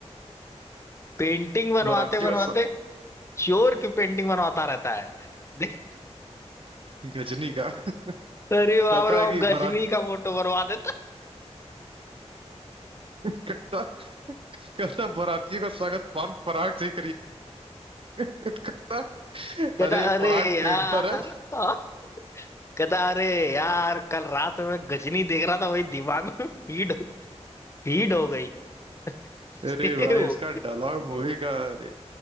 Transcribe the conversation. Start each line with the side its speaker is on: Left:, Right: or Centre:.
Left: पेंटिंग बनवाते
Right: बारातियों
Left: बनवाते
Right: का स-
Left: चोर की पेंटिंग बनवाता रहता है देख
Right: गजनी का <laughs>
Left: अरे
Right: कहता
Left: बाप रे बाप
Right: है कि
Left: गजनी
Right: बारात
Left: का फोटो बनवा देता
Right: कहता कहता बारातियों का स्वागत पान पराग से ही कहता
Left: कहता
Right: अरे ये
Left: अरे
Right: पराग
Left: यार
Right: पेंटर है
Left: हाँ। कहता अरे यार कल रात में गजनी देख रहा था वही दिमाग में फीड हो फीड हो गई <laughs> सेव
Right: अरे भाई
Left: हो
Right: इसका डायलॉग मूवी का अरे